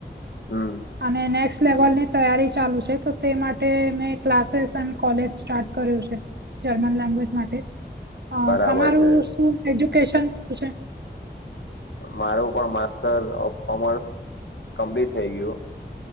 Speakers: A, on the left (about 80°); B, on the right (about 65°).
A: હમ.
B: અને નેક્સ્ટ લેવલ ની તૈયારી ચાલુ છે તો તે માટે મેં ક્લાસીસ એ કોલેજ સ્ટાર્ટ કર્યું છે જર્મન લેંગ્વેજ માટે. હ
A: બરાબર
B: તમારું
A: છે
B: શું એજુકેશન થયું છે.
A: મારું પણ માસ્ટર ઓફ કોમર્સ કમ્પ્લીટ થઈ ગયું